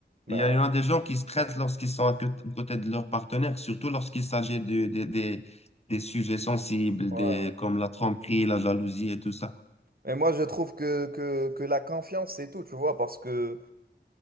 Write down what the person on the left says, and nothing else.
Il y en a il y en a des gens qui stressent lorsqu'ils sont à côté à côté de leur partenaire, surtout lorsqu'il s'agit de, de- des des sujets sensibles,
des, comme la tromperie, la jalousie et tout ça.